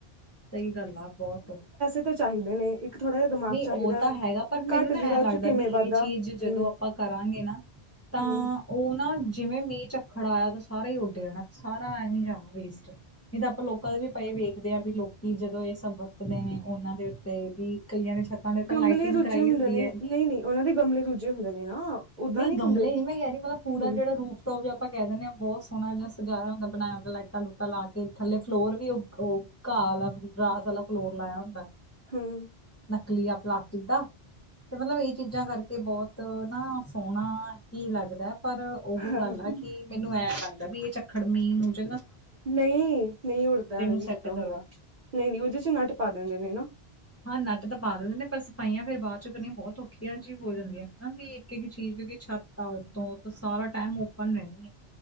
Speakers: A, on the left; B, on the right.
A: ਸਹੀ ਗੱਲ ਆ ਬਹੁਤ
B: ਤਾਂ ਚਾਹੀਦੇ ਨੇ ਇੱਕ ਥੋੜ੍ਹਾ ਜਿਹਾ ਦਿਮਾਗ
A: ਨਹੀਂ
B: ਚਾਹੀਦਾ
A: ਉਹ ਤਾਂ ਹੈਗਾ ਪਰ ਮੈਨੂੰ
B: ਘੱਟ
A: ਨਾ
B: ਜਗ੍ਹਾ
A: ਐਂ ਲੱਗਦਾ
B: ਚ ਕਿਵੇਂ
A: ਵੀ ਇਹ
B: ਵੱਧਦਾ
A: ਚੀਜ਼ ਜਦੋਂ
B: ਹਮ
A: ਆਪਾਂ ਕਰਾਂਗੇ ਨਾ ਤਾਂ
B: ਹਮ
A: ਉਹ ਨਾ ਜਿਵੇਂ ਮੀਂਹ ਚੱਖੜ ਆਇਆ ਤਾਂ ਸਾਰਾ ਹੀ ਉੱਡ ਜਾਣਾ ਸਾਰਾ ਐ ਜਾਣਾ ਵੇਸਟ ਇਹ ਤਾਂ ਆਪਾਂ ਲੋਕਾਂ ਦੇ ਵੀ ਪਏ ਵੇਖਦੇ ਆ ਵੀ ਲੋਕੀ ਜਦੋਂ ਇਹ ਸਭ ਵਤਦੇ ਨੇ ਉਹਨਾਂ ਦੇ ਉੱਤੇ ਵੀ ਕਈਆਂ ਨੇ ਛੱਤਾਂ ਦੇ ਤਾਂ
B: ਗਮਲੇ
A: ਲਾਈਟਿੰਗ
B: ਦੁੱਜੇ
A: ਕਰਾਈ
B: ਹੁੰਦੇ
A: ਹੁੰਦੀ
B: ਨੇ
A: ਹੈ ਇੰਨੀ
B: ਨਹੀਂ ਨਹੀਂ ਉਹਨਾਂ ਦੇ ਗਮਲੇ ਦੂੱਜੇ ਹੁੰਦੇ ਨੇ ਨਾ। ਓਦਾਂ
A: ਨਹੀਂ ਗਮਲੇ
B: ਹੁੰਦੇ
A: ਹੀ ਮੈਂ ਕਹਿ ਰਹੀ ਮਤਲਬ ਪੂਰਾ
B: ਹਮ
A: ਜਿਹੜਾ ਰੂਪ ਜ ਆਪਾਂ ਕਹਿ ਦਿੰਦੇ ਹਾਂ ਬਹੁਤ ਸੋਹਣਾ ਜਿਹਾ ਸਜਾਇਆ ਹੁੰਦਾ ਬਇਆਦਾ ਲਟਾ ਲੁਟਾ ਲਾ ਕੇ ਥੇ ਫਲੋਰ ਵੀ ਘਾਹ ਵਾਲਾ ਗਰਾਸ ਵਾਲਾ ਫਲੋਰ ਲਾਇਆ ਹੁੰਦਾ।
B: ਹਮ
A: ਨਕਲੀ ਆ ਪਲਾਸਟਿਕ ਦਾ ਤੇ ਮਤਲਬ ਇਹ ਚੀਜ਼ਾਂ ਕਰਕੇ ਬਹੁਤ ਨਾ ਸੋਹਣਾ ਹੀ ਲੱਗਦਾ ਹੈ ਪਰ ਉਹ
B: ਅੱਛਾ
A: ਗੱਲ ਆ ਕਿ ਮੈਨੂੰ ਐਂ ਲਗਦਾ ਵੀ ਇਹ ਚੱਖੜ ਮੀਂਹ ਮੂਜ
B: ਨਹੀਂ ਨਹੀਂ ਉੱਡਦਾ ਐਵੇਂ ਨਹੀਂ
A: ਸੈੱਟ
B: ਉੱਡਦਾ ਹੁੰਦਾ
A: ਕਰੋ
B: ਨਹੀਂ ਨਹੀਂ ਉਹਦੇ ਚ ਨੱਟ ਪਾ ਦਿੰਦੇ ਨੇ ਨਾ।
A: ਹਾਂ ਨੱਟ ਤਾਂ ਪਾ ਦਿੰਦੇ ਨੇ ਪਰ ਸਫਾਈਆਂ ਫੇਰ ਬਾਅਦ ਚੋ ਕਰਨੀਆ ਬਹੁਤ ਔਖੀਆਂ ਜਿਹੀ ਹੋ ਜਾਂਦੀਆਂ ਹਨਾ ਵੀ ਇੱਕ ਇੱਕ ਚੀਜ਼ ਕਿਉਂਕਿ ਛੱਤ ਆ ਉੱਤੋਂ ਸਾਰਾ ਟਾਈਮ ਓਪਨ ਰਹਿਣੀ